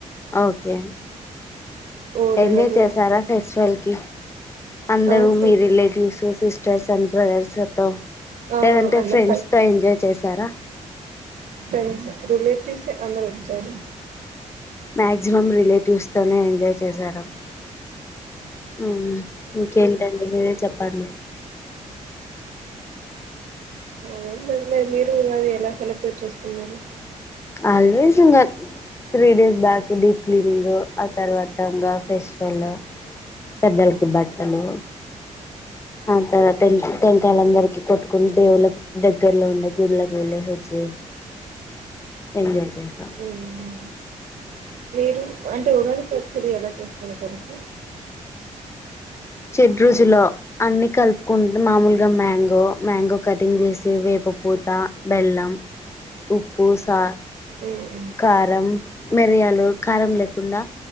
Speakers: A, on the left (about 20°); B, on the right (about 75°).
A: ఓకే
B: ఓలిగలు
A: ఎంజాయ్ చేసారా ఫెస్టివల్ లే అందరూ
B: ఆ ఫుల్
A: మీ రిలేటివ్స్ సిస్ చేశాన్ బ్రో ఎట్టి చేద్దాం
B: ఆ
A: లేదంటే
B: అందరు
A: ఫ్రెండ్స్
B: కలిసి
A: తో ఎంజాయ్ చేశారా
B: ఫ్రెండ్స్ రిలేేటివ్స్ ఏ అందరూ వచ్చారు
A: మాక్సిమం రిలేటివ్స్ తోనే ఎంజాయ్ చేశాను ఉమ్ ఇకేంటండి మీరే చెప్పండి
B: <unintelligible> లేదు లేదు మీరు ఉగాది ఎలా సెల్ బ్రేట్ చేసుకున్నారు
A: ఆల్వేస్ ఇంకా three days back deep cleaning ఆ తర్వాత ఇంకా ఫెస్టివల్ పెద్దలకి బట్టలు ఆ తర్వాత టెం టెంకాయలందరికి కొట్టుకుని దేవుళ్ళకి దగ్గర్లో ఉండే గుళ్ల కి వెళ్ళేసి వచ్చి ఎంజాయ్ చేశాం
B: ఉమ్ మీరు అన్ టు ఉగాది పచ్చడి ఎలా చేస్తారో తెలుసా
A: చెడ్ రుచులో అన్ని కలుపుకుంట మామూలుగా మ్యాంగో మ్యాంగో కటింగ్ చేసి వేప పూత బెల్లం ఉప్పు సా
B: ఉమ్
A: కారం మిరియాలు కారం లేకుండా